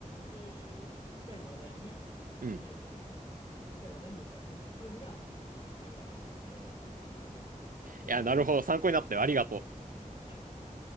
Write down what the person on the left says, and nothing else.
えー近い話題に、
えー近い話題に乗っかっていくっていうのが、
えー会話の、えーコツだと思います。
はいはい。